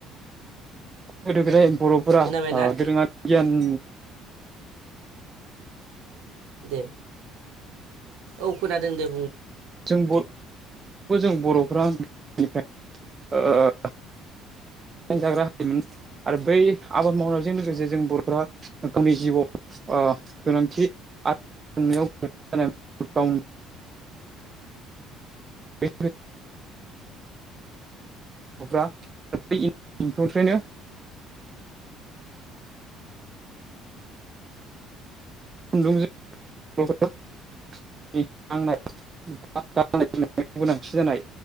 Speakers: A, on the right; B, on the right.
A: गोदो गोदाय बर'फोरा
B: खोनाबायना
A: ओ दोरोङारि गियान
B: दे औ खोनादों दे बुं।
A: जों बर जों बर'फ्रा निफ्राय ओ जाग्रा हायोमोन आरो बै आबाद मावनायजों लोगोसे जों बर'फोरा गावनि जिउआव गोनांथि आरो गाव <unintelligible> बे ग'फ्रा बफनिफ्रायनो खुन्दुं <unintelligible> <inaudible> <unintelligible> <unintelligible> गोनांथि जानाय